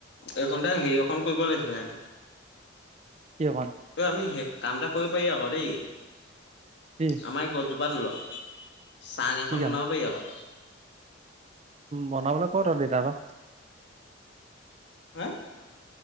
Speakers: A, on the left; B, on the right.
A: এইকণতে হেৰি অকণ কৰিব লাগিছিলে।
B: কি অকণ
A: ত আমি সেই কাম এটা কৰিব পাৰি আকৌ দেই।
B: কি
A: আমাৰ এই গছপাৰ তলত চাং এখন
B: কি কাম
A: বনাব পাৰি আকৌ।
B: বনাবলৈ কত দিব আৰু।
A: হা?